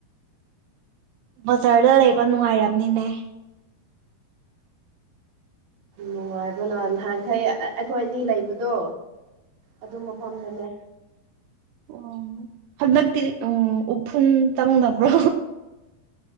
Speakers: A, on the right; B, on the right.
A: ꯕꯖꯥꯔꯗ ꯂꯩꯕ ꯅꯨꯡꯉꯥꯏꯔꯝꯅꯤꯅꯦ
B: ꯅꯨꯡꯉꯥꯏꯕ ꯅ ꯅꯍꯥꯟꯈꯩ ꯑꯩꯈꯣꯏ ꯑꯅꯤ ꯂꯩꯕꯗꯣ ꯑꯗꯨ ꯃꯐꯝꯗꯅꯦ
A: ꯑꯣ ꯍꯃꯛꯗꯤ ꯎ ꯎꯐꯟ ꯆꯪꯗꯕ꯭ꯔꯣ